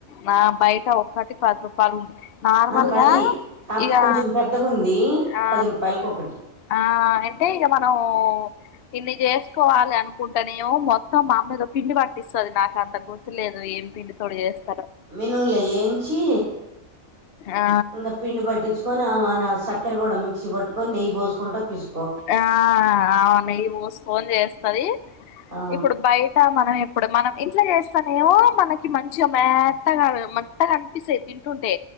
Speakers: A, on the left; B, on the right.
A: నా బయట ఒక్కటి పది రూపాయలు ఉ నార్మల్గా
B: ఆ పది కాకపోతే
A: ఇగా
B: కొంచెం పెద్దగా ఉంది
A: ఆ
B: పది రూపాయలకి ఒకటి
A: ఆ అయితే ఇక మనం ఇన్ని చేసుకోవాలి అనుకుంటేనేమో మొత్తం మా అమీద పిండి పట్టిస్తుంది నాకు అంత గుర్తులేదు ఏం పిండి తొడి చేస్త
B: మినుములు అయి ఏంచి
A: ఆ
B: ఇంకా పిండి పట్టించుకొని ఆ మన సక్కెర కూడా మిక్సీ పట్టుకొని నెయ్యి పోసుకుంటా పిసు
A: ఆ అవు నెయ్యి పోసుకుని చేస్తది
B: ఆ
A: ఇప్పుడు బయట మనం ఇప్పుడు మనం ఇంట్లో చేస్త నేమో మనకి మంచిగా మెత్తగా మత్తగా కనిపిస్తే తింటుంటే